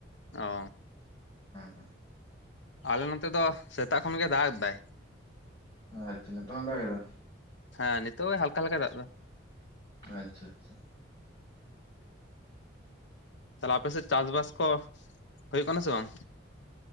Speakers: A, on the left; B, on the left.
A: ᱚ
B: ᱦᱮᱸ ᱦᱮᱸ
A: ᱟᱞᱮ ᱱᱚᱸᱛᱮ ᱫᱚ ᱥᱮᱛᱟᱜ ᱠᱷᱚᱱ ᱜᱮ ᱫᱟᱜ ᱮᱫᱟᱭ
B: ᱟᱪᱪᱷᱟ ᱱᱤᱛᱚᱜ ᱦᱚᱸ ᱫᱟᱜ ᱮᱫᱟ
A: ᱦᱮᱸ ᱱᱤᱛᱚᱜ ᱮ ᱦᱟᱞᱠᱟ ᱦᱟᱞᱠᱟᱭ ᱫᱟᱜ ᱮᱫᱟ
B: ᱟᱪᱪᱷᱟ ᱟᱪᱪᱷᱟ
A: ᱛᱟᱦᱚᱞᱮ ᱟᱯᱮ ᱥᱮᱜ ᱪᱟᱥ ᱵᱟᱥ ᱠᱚ ᱦᱳᱭᱳᱜ ᱠᱟᱱᱟ ᱥᱮ ᱵᱟᱝ